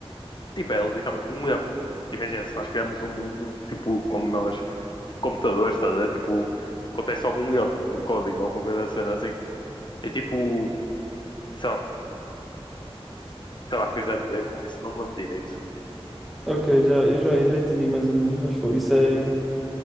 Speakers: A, on the left (about 50°); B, in the centre.
A: Tipo, é literalmente um erro. Tipo, Imagina, se nós criamos um mundo, tipo, como nós, tipo, computadores, estás a ver? Tipo, acontece algum erro no código, alguma coisa assim, assim. É tipo, sei lá, tem alguma coisa a ver com isso, não me lembro direito.
B: Ok, já, eu já, já entendi mais ou menos, mas foi, isso é,